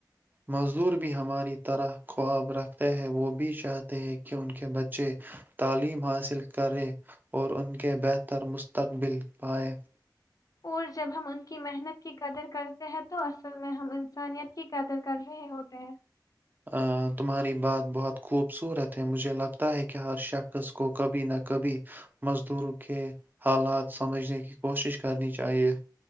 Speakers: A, on the right; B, on the left.
A: مزدور بھی ہماری طرح خواب رکھتے ہیں وہ بھی چاہتے ہیں کہ ان کے بچے تعلیم حاصل کریں اور ان کے بہتر مستقبل پائیں <unintelligible>
B: اور جب ہم ان کی محنت کی قدر کرتے ہیں تو اصل میں ہم انسانیت کی قدر کر رہے ہوتے ہیں <unintelligible>
A: ا تمہاری بات بہت خوبصورت ہے مجھے لگتا ہے کہ ہر شخص کو کبھی نہ کبھی مزدوروں کے حالات سمجھنے کی <unintelligible> کرنی چاہیے